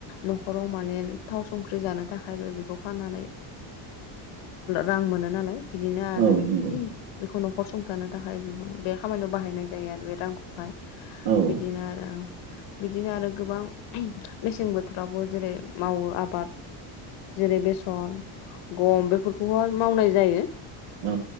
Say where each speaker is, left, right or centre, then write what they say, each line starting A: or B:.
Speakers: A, on the left (about 80°); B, on the right (about 75°).
A: न'खराव माने थाव संख्रि जानो थाखायबो बेखौ फाननानै रां मोनो नालाय बिदिनो आरो
B: औ नंगौ
A: बेखौ न'खर संथानो थाखाय बेखौनो बे खामानियाव बाहायनाय जायो आरो बे रांखौहाय
B: औ
A: बिदिनो आरो बिदिनो आरो गोबां मेसें बोथोरावबो जेरै मावो आबाद जेरै बेसर गम बेफोरखौहाय मावनाय जायो
B: औ